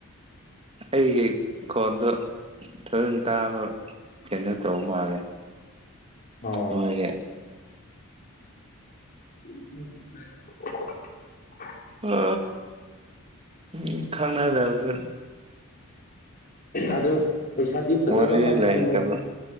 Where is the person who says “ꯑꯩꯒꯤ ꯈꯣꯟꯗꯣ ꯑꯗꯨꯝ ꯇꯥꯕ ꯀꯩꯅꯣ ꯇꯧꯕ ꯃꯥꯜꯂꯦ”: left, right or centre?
Right